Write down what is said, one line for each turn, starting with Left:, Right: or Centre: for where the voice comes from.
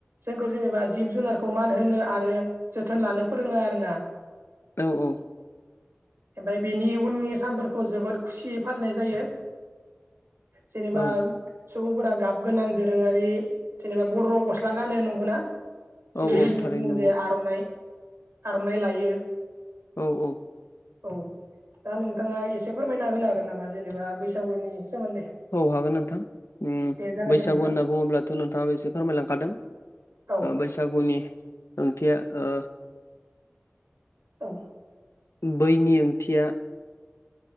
Right: जोंखौ जेनेबा जिब-जुनारखौ मान होनो आरो जोथोन लानो फोरोङो आरोना
Left: औ औ
Right: ओमफाय बिनि उननि सानफोरखौ जोबोद खुसियै फालिनाय जायो जेनेबा
Left: औ
Right: सुबुंफोरा गाब गोनां दोरोङारि जेनेबा बर' गस्ला गानो नंगौना जेरै
Left: औ औ
Right: जोङो
Left: थारैनो
Right: बुंङो
Left: नंगौ
Right: जे आर'नाइ आर'नाइ लायो ।
Left: औ औ
Right: औ दा नोंथाङा एसे फोरमायना होनो हागोन नामा जेनेबा बैसागुनि सोमोन्दै
Left: औ हागोन नोंथां ओम
Right: दे जागायदो
Left: बैसागु
Right: नोंथां
Left: होनना बुङोब्लाथ' नोंथाङा फोरमायलांखादों
Right: औ
Left: बैसागुनि ओंथिया ओ
Right: औ
Left: बैनि ओंथिया